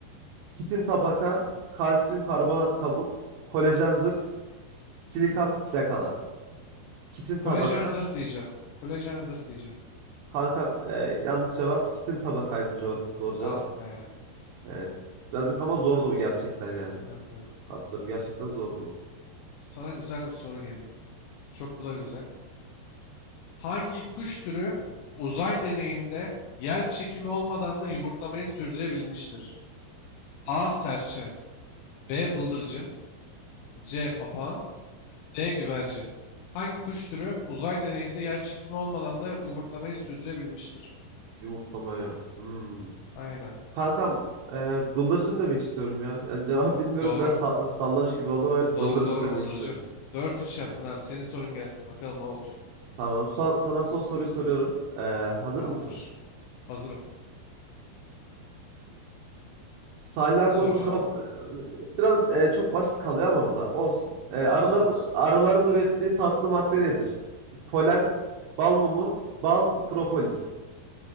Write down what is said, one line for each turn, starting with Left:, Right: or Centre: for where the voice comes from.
Right: Kitin tabaka, kalsiyum karbonat kabuk, kolajen zırh, silika plakalar. Kitin tabaka.
Left: Kolajen zırh diyeceğim. Kolajen zırh diyeceğim.
Right: Kankam e, yanlış cevap. Kitin tabakaydı co- doğru cevap.
Left: Ah be.
Right: Evet. Birazcık ama zordu bu gerçekten yani.
Left: Evet evet.
Right: Hatırlıyorum gerçekten zordu bu.
Left: Sana güzel bir soru geliyor. Çok bu da güzel. Hangi kuş türü uzay deneyinde yer çekimi olmadan da yumurtlamayı sürdürebilmiştir? A. Serçe. B. Bıldırcın. C. Papağan. D. Güvercin. Hangi kuş türü uzay deneyinde yer çekimi olmadan da yumurtlamayı sürdürebilmiştir?
Right: Yumurtlamaya. Hmm.
Left: Aynen.
Right: Kankam e, bıldırcın demek istiyorum ya. Yani cevabı bilmiyorum
Left: Doğru.
Right: biraz sa- sallamış gibi oldum. ama Evet bıldırcın
Left: Doğru doğru
Right: demek
Left: bıldırcın.
Right: isterim.
Left: dört üç
Right: Evet.
Left: yaptın abi. Senin sorun gelsin. Bakalım ne olacak.
Right: Tamam. Son, sana son soruyu soruyorum. E, hazır
Left: Tamamdır.
Right: mısın?
Left: Hazırım.
Right: Salyangozun
Left: Ne soracaksın
Right: kab
Left: abi?
Right: biraz e, çok basit kalıyor ama bu da olsun. E, arıların
Left: Olsun olsun.
Right: arıların ürettiği tatlı madde nedir? Polen, bal mumu, bal, propolis.